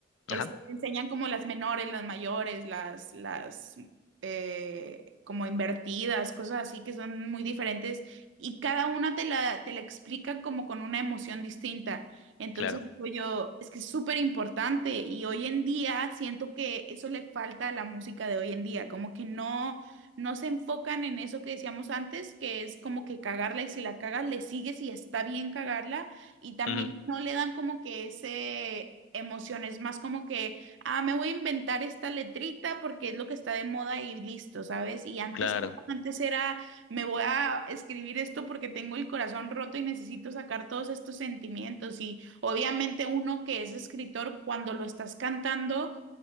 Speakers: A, on the left; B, on the right.
A: Ajá,
B: es- te enseñan como las menores, las mayores, las, las eh, como invertidas, cosas así que son muy diferentes y cada una te la, te la explican como con una emoción distinta. Entonces
A: claro.
B: digo yo, es que es súper importante y hoy en día siento que eso le falta a la música de hoy en día, como que no, no se enfocan en eso que decíamos antes, que es como que cagarla y si la cagas le sigues y está bien cagarla y también
A: ujú,
B: no le dan como que ese emoción, es más como que, ah, me voy a inventar esta letrita porque es lo que está de moda y listo, ¿sabes? Y antes,
A: claro.
B: no, antes era, me voy a escribir esto porque tengo el corazón roto y necesito sacar todos estos sentimientos y obviamente uno que es escritor, cuando lo estás cantando,